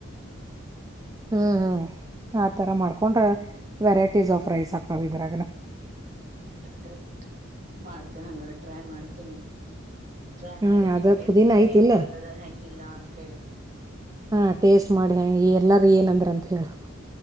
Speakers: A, on the right (about 15°); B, on the right (about 35°).
A: ಹ್ಮ್ ಹ್ಮ್ ಆತರ ಮಾಡ್ಕೊಂಡ್ರ ವೆರೈಟೀಸ್ ಆಫ್ ರೈಸ್ ಹಾಕವ್ ಇದ್ರಗನ.
B: <unintelligible> ಮಾಡ್ತೇನಿ ಹಂಗಾರ ಟ್ರೈ ಮಾಡ್ತೀನಿ. ಟ್ರೈ
A: ಹ್ಮ್ ಹ್ಮ್
B: ಮಾಡಿ
A: ಅದ
B: ನಿಂಗ್ ಹೇಳ್ತೇನಿ
A: ಪುದೀನ ಐತಿಲ್ಲ
B: ಹೆಂಗ್ ಬಂದದ ಹೆಂಗಿಲ್ಲ ಅಂತ ಹೇಳಿ.
A: ಹಾ ಟೇಸ್ಟ್ ಮಾಡಿ ಹೆಂಗ್ ಏನ್. ಎಲ್ಲಾರ ಏನಂದ್ರ ಅಂತ ಹೇಳ್.